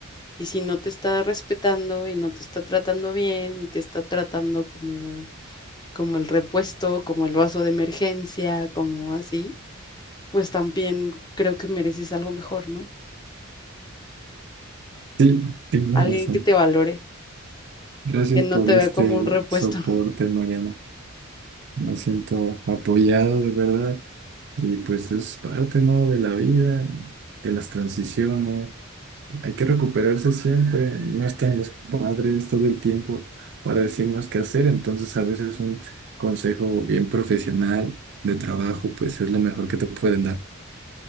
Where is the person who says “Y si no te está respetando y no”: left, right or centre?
Left